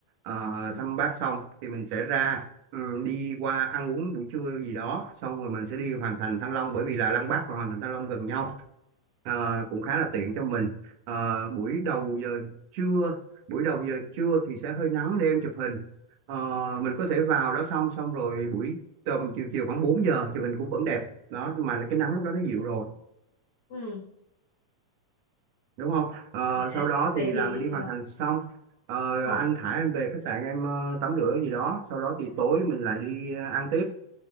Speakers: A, on the right; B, on the left.
A: Ờ,
B: ừ.
A: thăm Bác xong thì mình sẽ ra ừ, đi qua ăn uống buổi trưa gì đó xong rồi mình sẽ đi Hoàng Thành Thăng Long bởi vì là Lăng Bác và Hoàng Thành Thăng Long gần nhau Ờ, cũng khá là tiện cho mình Ờ, buổi đầu giờ trưa buổi đầu giờ trưa thì sẽ hơi nắng để em chụp hình Ờ, mình có thể vào đó xong xong rồi buổi tầm chiều chiều khoảng 4 giờ chụp hình cũng vẫn đẹp đó mà cái nắng lúc đó nó dịu rồi
B: Ừ.
A: đúng không Ờ,
B: dạ.
A: sau đó
B: vậy
A: thì là
B: thì
A: mình đi hoàn thành xong Ờ,
B: ờ
A: anh thả em về khách sạn em ờ, tắm rửa gì đó sau đó thì tối mình lại đi ờ, ăn tiếp